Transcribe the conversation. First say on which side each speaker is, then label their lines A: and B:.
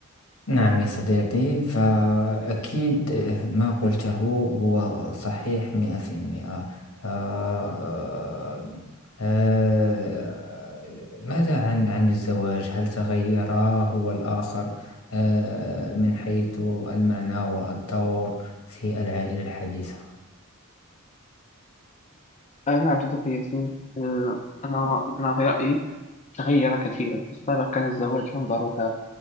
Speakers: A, on the left (about 85°); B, on the left (about 30°).
A: نعم يا صديقي فأكيد آه، ما قلته هو صحيح مئة في المئة ف- آه، آه، ماذا عن عن الزواج هل تغير هو الآخر آه، من حيث المعنى والدور في العائلة الحديثة
B: أنا عبد الغفور ياسين آه، أنا أنا في رأيي تغير كثيرا في السابق كان الزواج ينظر ك